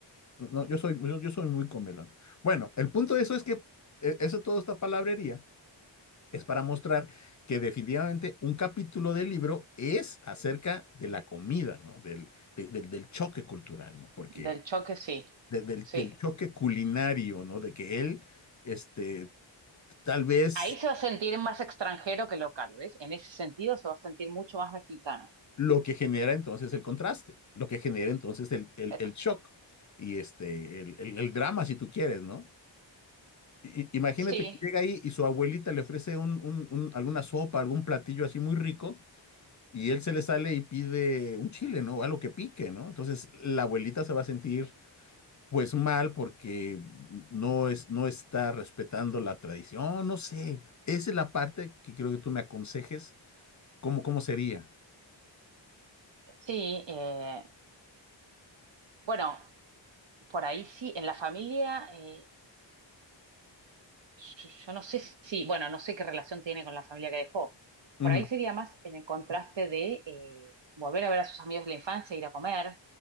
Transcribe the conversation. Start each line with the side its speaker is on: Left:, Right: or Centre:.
Left: No, no, yo soy, yo, yo soy muy comelón. Bueno, el punto de eso es que eh, eso todo esta palabrería es para mostrar que definitivamente un capítulo del libro es acerca de la comida, ¿no? Del, de- del, del choque cultural, ¿no? Porque
Right: Del choque, sí.
Left: de- del,
Right: Sí.
Left: del choque culinario, ¿no? De que él, este, tal vez
Right: Ahí se va a sentir más extranjero que local, ¿ves? En ese sentido se va a sentir mucho más mexicano.
Left: lo que genera entonces el contraste, lo que genera entonces el, el,
Right: Ex-
Left: el shock y este, el, el, el drama, si tú quieres, ¿no? I- Imagínate
Right: sí,
Left: que llega ahí y su abuelita le ofrece un, un, un- alguna sopa, algún platillo así muy rico, Y él se le sale y pide un chile, ¿no? Algo que pique, ¿no? Entonces la abuelita se va a sentir pues mal porque no es, no está respetando la tradición, no sé. Esa es la parte que creo que tú me aconsejes, cómo, cómo sería.
Right: sí. eh, bueno, por ahí sí, en la familia, eh, yo, yo no sé si, bueno, no sé qué relación tiene con la familia que dejó.
Left: Ujú,
Right: Por ahí sería más en el contraste de eh, volver a ver a sus amigos de la infancia, ir a comer